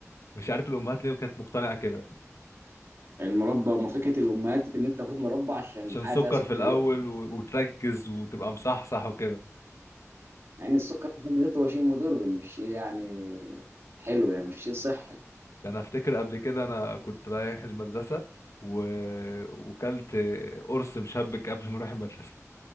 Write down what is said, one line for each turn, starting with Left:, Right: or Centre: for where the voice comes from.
Left: مش عارف الامهات ليه كانت مقتنعة كده
Right: يعني المربى وما فكره الامهات ان انت تاخد مربى عشان
Left: عشان
Right: حاجه
Left: سكر
Right: فيها سكريات
Left: في الاول و... وتركز وتبقى مصحصح وكده
Right: مع ان السكر في حد ذاته هو شيء مضر مش شيء يعني حلو يعني مش شيء صحي
Left: ده انا افتكر قبل كده انا كنت رايح المدرسه و... وكلت قرص مشبك قبل ما اروح المدرسه